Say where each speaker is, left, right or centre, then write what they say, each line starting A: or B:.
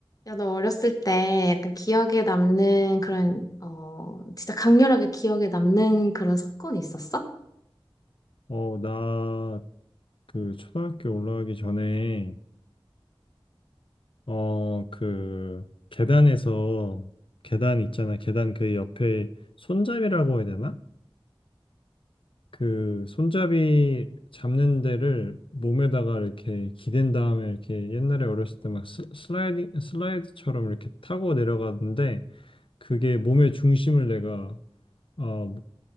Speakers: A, on the left (about 40°); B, on the left (about 65°).
A: 야, 너 어렸을 때 약간 기억에 남는 그런, 어, 진짜 강렬하게 기억에 남는 그런 사건이 있었어?
B: 어, 나, 그, 초등학교 올라가기 전에, 어, 그, 계단에서, 계단 있잖아. 계단 그 옆에 손잡이라고 해야 되나? 그, 손잡이 잡는 데를 몸에다가 이렇게 기댄 다음에 이렇게 옛날에 어렸을 때 막 슬라이딩, 슬라이드처럼 이렇게 타고 내려가는데, 그게 몸의 중심을 내가, 어,